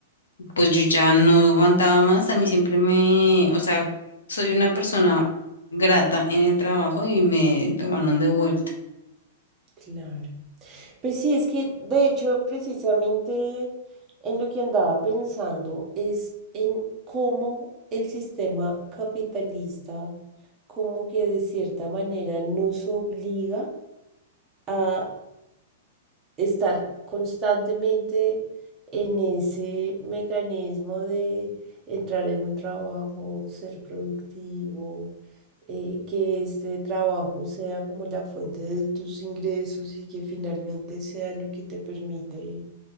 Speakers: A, on the left; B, on the right.
A: pues yo ya no aguantaba más, a mí siempre me, o sea, soy una persona grata en el trabajo y me tomaron de vuelta.
B: Claro. Pues sí, es que de hecho precisamente en lo que andaba pensando es en cómo el sistema capitalista como que de cierta manera nos obliga a estar constantemente en ese mecanismo de entrar en un trabajo, ser productivo, eh, que este trabajo sea como la fuente de tus ingresos y que finalmente sea lo que te permite